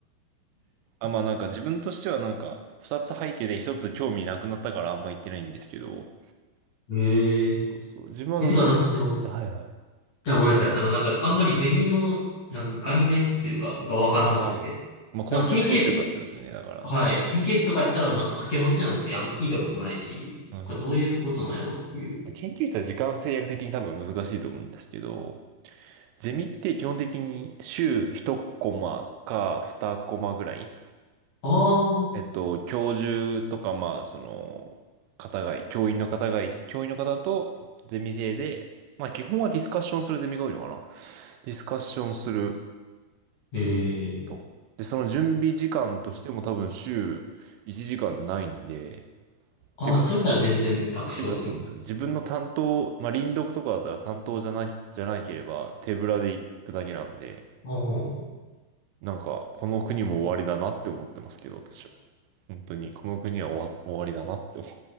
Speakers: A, on the right; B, on the left.
A: あ、まあなんか自分としてはなんか、二つ入ってて一つ興味なくなったからあんま言ってないんですけど、
B: ええ
A: そうそう、自分はどっちかというと、
B: え、てか、なんそかう。その、
A: はいはい。
B: いや、ごめんなさい。あの、なんか、あんまりゼミの、なんか概念っていうか、がわかんなくて。
A: ああ、まあコンセプトっていうかってことですよね、
B: なんか研え、究、
A: だから。
B: はい。研究室とかやったら、なんか掛け持ちなんてあんま聞いたことないし、なんかどういうことなんやろうっていう。
A: まず、確かに。研究室は時間制約的に多分難しいと思うんですけど、ゼミって基本的に週1コマか2コマぐらい
B: ああ、
A: えっと、教授とか、まあ、その、方がい、教員の方がい、教員の方とゼミ生で、まあ、基本はディスカッションするゼミが多いのかな。ディスカッションする
B: ええ
A: と。で、その準備時間としても多分週1時間ないんで、
B: ああ、
A: ていうか、
B: それじゃ全然楽勝っすね。
A: ていうかそうなんですよ。自分の担当、まあ、輪読とかだったら担当じゃない、じゃなければ手ぶらで行くだけなんで、
B: あー
A: なんか、この国も終わりだなって思ってますけど、私は。本当に、この国は終わ、終わりだなって思う。